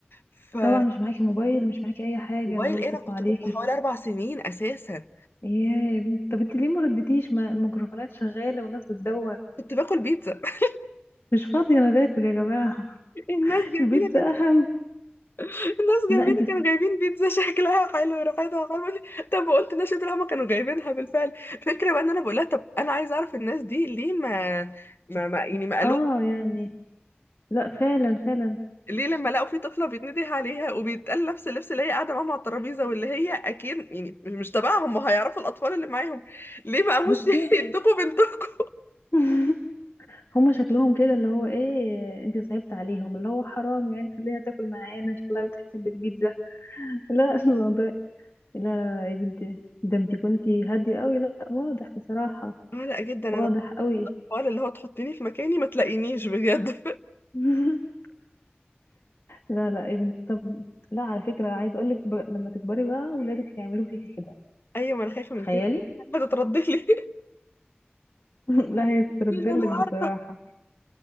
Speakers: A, on the left; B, on the left.
A: فموبايل
B: طبعا مش معاكي موبايل مش معاكي اي حاجة اللي
A: ايه
B: هو يتصلوا
A: انا كنت
B: عليكي
A: طفله حوالي اربع سنين اساسا
B: يا يا بنت طب انت ليه ما ردتيش ما الميكروفونات شغالة والناس بتدور
A: كنت باكل بيتزا <laughs>
B: مش فاضية انا باكل يا جماعة <laughs>
A: الناس جنبينا
B: البيتزا
A: كان
B: اهم
A: الناس
B: لا
A: جنبينا
B: انت
A: كانوا جايبين بيتزا شكلها حلو وريحتها حلوه بقول لي، طب قلت لها شاطر هما كانوا جايبينها بالفعل الفكره بقى ان انا بقول لها طب انا عايزه اعرف الناس دي ليه ما ما, ما يعني ما قالوا
B: اه يعني لا فعلا فعلا
A: ليه لما لقوا في طفله بيتنده عليها وبيتقال نفس اللبس اللي هي قاعده معاهم على الترابيزه واللي هي اكيد يعني مش تبعهم ما هيعرفوا الاطفال اللي معاهم ليه ما قاموش
B: بصي
A: <laughs> يدوكوا بنتكم
B: <laughs> هما شكلهم كده اللي هو ايه انت صعبت عليهم اللي هو حرام يعني خليها تاكل معانا شكلها بتحب البيتزا <laughs> لا الموضوع لا لا لا يا بنتي ده انت كنتي هادية قوي لا واضح بصراحة
A: قلق جدا
B: واضح
A: انا
B: قوي
A: الحوار اللي هو تحطيني في مكاني ما تلاقينيش بجد
B: <laughs> لا لا يا بنتي طب لا على فكرة عايزة اقولك ب... لما تكبري بقى ولادك هيعملوا فيكي كده
A: <laughs> ايوه ما انا خايفه
B: تخيلي
A: من كده هتتردلي
B: <laughs> لا هيتردلك
A: يعني انا
B: بصراحة
A: عارفه